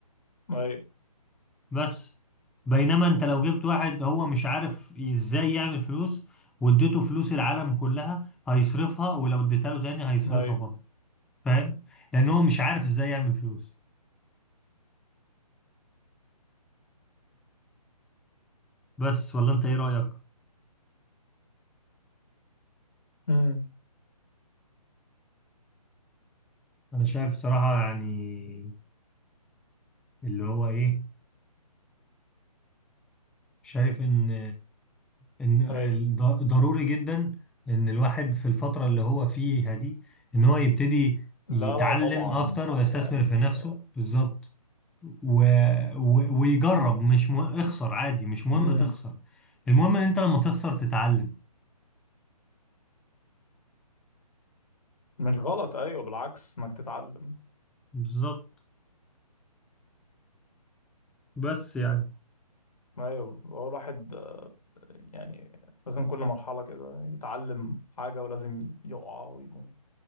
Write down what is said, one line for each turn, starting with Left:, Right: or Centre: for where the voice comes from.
Left: ايوه
Centre: بس بينما أنت لو جبت واحد هو مش عارف إزاي يعمل فلوس واديته فلوس العالم كلها هيصرفها ولو اديتها له تاني هيصرفها
Left: ايوه
Centre: برضه فاهم؟ لأن هو مش عارف إزاي يعمل فلوس بس ولا أنت إيه رأيك؟
Left: مم.
Centre: أنا شايف صراحة يعني اللي هو إيه شايف ان ان الض-
Left: ايوه
Centre: ضروري جدا ان الواحد في الفترة اللي هو فيها دي ان هو يبتدي
Left: لا
Centre: يتعلم
Left: لا طبعا
Centre: اكتر
Left: صح
Centre: ويستثمر
Left: يعني
Centre: في
Left: ال-
Centre: نفسه بالظبط و... و... ويجرب مش مهم اخسر عادي مش مهم
Left: مم.
Centre: تخسر المهم ان انت لما تخسر تتعلم
Left: مش غلط ايوه بالعكس انك تتعلم
Centre: بالظبط بس يعني
Left: ايوه هو الواحد آه، يعني لازم كل مرحله كده يتعلم حاجه ولازم يقع ويقوم